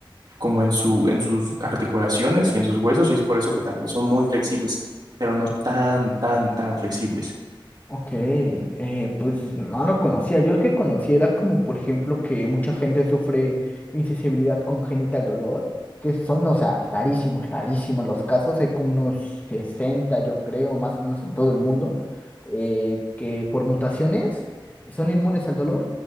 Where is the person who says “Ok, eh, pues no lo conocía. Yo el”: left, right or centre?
Left